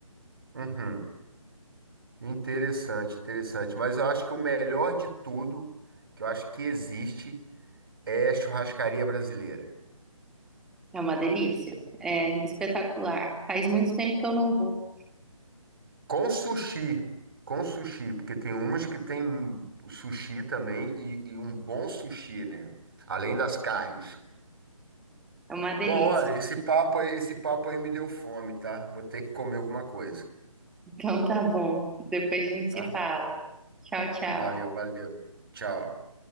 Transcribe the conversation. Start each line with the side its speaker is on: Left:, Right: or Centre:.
Right: Uhum. Interessante, interessante. Mas eu acho que o melhor de tudo, que eu acho que existe, é a churrascaria brasileira.
Centre: É uma delícia. É espetacular. Faz muito tempo que eu não vou.
Right: Com sushi, com sushi, porque tem umas que tem sushi também e, e um bom sushi, né? Além das carnes.
Centre: É uma delícia.
Right: Bom, olha, esse papo, aí- esse papo aí me deu fome, tá? Vou ter que comer alguma coisa,
Centre: Então tá bom. Depois a gente
Right: tá?
Centre: se fala. Tchau, tchau.
Right: Valeu, valeu. Tchau.